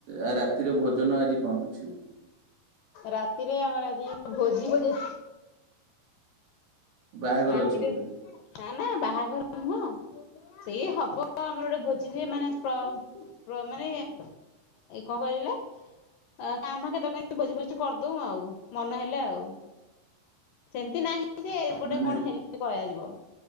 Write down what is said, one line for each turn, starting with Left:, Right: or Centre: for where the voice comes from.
Right: ଆ ରାତିରେ ଭୋଜନ ଆଜି କଣ ଅଛି?
Left: ରାତିରେ ଆମର ଆଜି ଭୋଜି ଫୋଜି
Right: ବାହାଘର
Left: ରାତିରେ,
Right: ଅଛି ବୋଧେ
Left: ନା ନା ବାହାଘର ନୁହଁ ସେଇ ହବ ଆମର ଗୋଟେ ଭୋଜିଟିଏ ପ୍ର ମାନେ ପ୍ର ମାନେ ଏଇ କଣ କହିଲେ? କାମ କେତେବେଳେ ଭୋଜି ଭୋଜି କରିଦଉ ଆଉ ମନ ହେଲେ ଆଉ। ସେମତି ନାହିଁ ଯେ ଗୋଟେ
Right: ମାନେ
Left: କଣ ହେଲେ କୟା ଯିବ